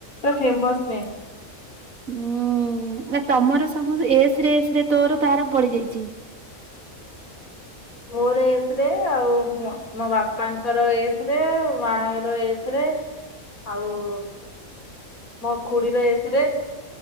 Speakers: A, on the left; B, on the right.
A: ଫେମସ ନେମ୍
B: ଉୁଁ ନା ତମର ସବୁ ଏସ୍ ରେ ଏସ୍ ରେ ତୋର ତାର ପଡିଯାଇଛି।
A: <unintelligible> ମୋର ଏସ୍ ରେ ଆଉ ମୋ ବାପାଙ୍କର ଏସ୍ ରେ ମା ର ଏ ରେ ଆଉ ମୋ ଖୁଡ଼ୀର ଏସ୍ ରେ